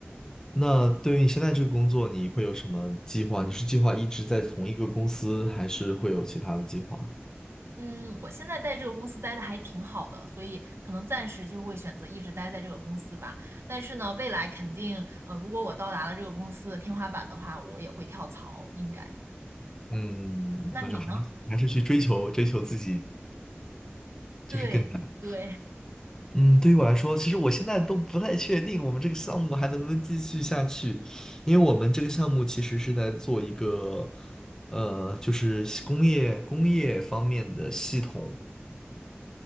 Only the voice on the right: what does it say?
嗯，我现在在这个公司待的还挺好的，所以可能暂时就会选择一直待在这个公司吧。但是呢，未来肯定，呃，如果我到达了这个公司的天花板的话，我也会跳槽，应该。
那你呢？对对。